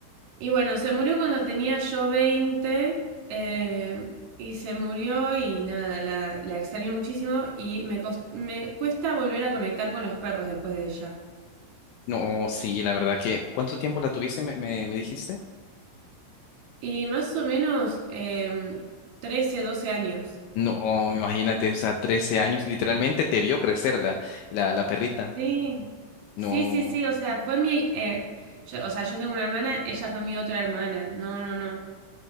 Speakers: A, on the right; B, on the left.
A: Y bueno, se murió cuando tenía yo 20 eh, y se murió y nada, la, la extraño muchísimo y me, cos- me cuesta volver a conectar con los perros después de ella.
B: No, sí, la verdad que, ¿cuánto tiempo la tuviste, me, me me dijiste?
A: Y más o menos eh, 13, 12 años.
B: No, imagínate, o sea, 13 años, literalmente te vio crecer la, la, la perrita.
A: Sí,
B: No.
A: sí, sí, sí, o sea, fue mi... eh, yo- o sea, yo tengo una hermana, ella fue mi otra hermana. No, no, no.